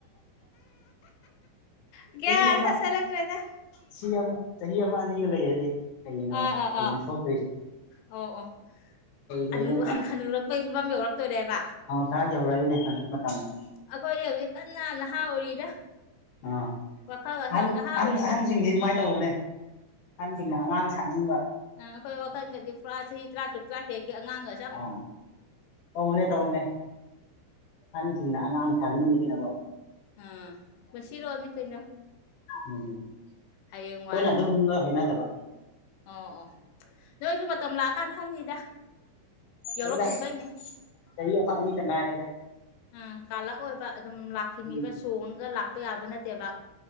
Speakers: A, on the left; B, on the left.
A: ꯌꯥꯗ
B: ꯆꯍꯤ ꯑꯃ
A: ꯁꯂꯛꯄꯤꯗ
B: ꯁꯤ ꯑꯃ ꯆꯍꯤ ꯑꯃ ꯑꯅꯤꯁꯨ ꯂꯩ ꯍꯥꯏꯗꯤ ꯀꯩꯅꯣ
A: ꯑꯥ ꯑꯥ
B: ꯀꯩꯅꯣ
A: ꯑꯥ
B: ꯊꯣꯛꯇꯣꯏꯁꯤ
A: ꯑꯣ ꯑꯣ
B: ꯀꯩꯅꯣ
A: ꯑꯅꯨ ꯍꯅꯨꯔꯛꯄꯒꯤ ꯐꯤꯕꯝ ꯌꯧꯔꯛꯇꯣꯏꯔꯦꯕ
B: ꯆꯥ ꯌꯧꯔꯛꯏꯅꯦ ꯍꯧꯖꯤꯛ ꯃꯇꯝꯗ
A: ꯑꯩꯈꯣꯏ ꯍꯧꯖꯤꯛ ꯀꯟꯅ ꯅꯍꯥ ꯑꯣꯏꯔꯤꯗ
B: ꯑꯥ
A: ꯋꯥꯈꯜꯒꯁꯦ
B: ꯑꯍꯟ
A: ꯌꯥꯝ ꯅꯍꯥ ꯑꯣꯏꯔꯤꯗ
B: ꯑ ꯑꯍꯟꯁꯤꯡꯗꯤ ꯑꯗꯨꯃꯥꯏꯅ ꯇꯧꯕꯅꯦ ꯑꯍꯟꯁꯤꯡꯅ ꯑꯉꯥꯡ ꯁꯥꯅꯤꯡꯕ
A: ꯑ ꯑꯩꯈꯣꯏ ꯋꯥꯈꯜꯗꯗꯤ ꯄꯨꯔꯥ ꯆꯍꯤ ꯇꯔꯥ ꯆꯨꯛ ꯇꯔꯥꯇꯔꯦꯠꯀꯤ ꯑꯉꯥꯡꯅꯤ
B: ꯑ ꯇꯎꯅꯦ ꯇ ꯍꯅꯦ ꯍꯁꯤꯡꯅ ꯑꯉꯥꯡ ꯊꯅꯅꯤꯡꯕꯗꯅꯀꯣ
A: ꯑ ꯄꯨ ꯁꯤꯔꯛꯅꯤ ꯀꯩꯅꯣ
B: ꯎꯝ ꯑꯩꯈꯣꯏꯅ
A: ꯍꯌꯦꯡꯋꯥꯏ
B: ꯑꯗꯨꯒꯨꯝꯒ ꯍꯩꯅꯗꯕ
A: ꯑꯣ ꯑꯣ ꯅꯣꯏꯁꯨ ꯃꯇꯝ ꯂꯥꯛꯑꯀꯥꯟ ꯈꯪꯅꯤꯗ ꯌꯧꯔꯛꯇ꯭ꯔꯤꯕꯩꯅꯦ
B: ꯑꯩꯗꯥꯛ ꯆꯍꯤ ꯑꯃ ꯑꯅꯤꯇ ꯅꯥꯔꯦꯗ
A: ꯎꯝ ꯀꯥꯜꯂꯛꯑꯣꯕ ꯑꯗꯨꯝ ꯂꯥꯛꯈꯤꯅꯤꯕ
B: ꯎꯝ
A: ꯆꯣꯡꯉꯒ ꯂꯥꯛꯄ ꯌꯥꯕ ꯅꯠꯇꯦꯕ